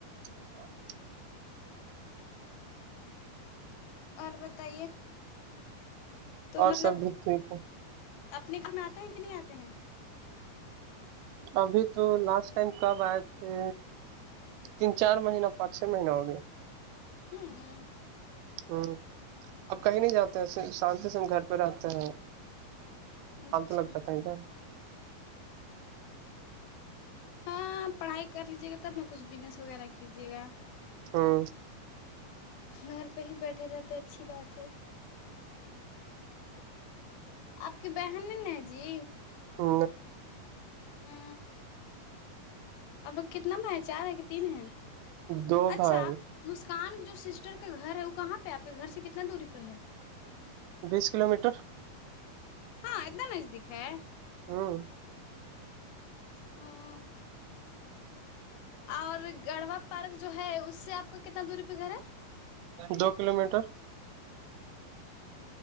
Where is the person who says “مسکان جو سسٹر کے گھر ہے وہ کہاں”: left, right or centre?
Left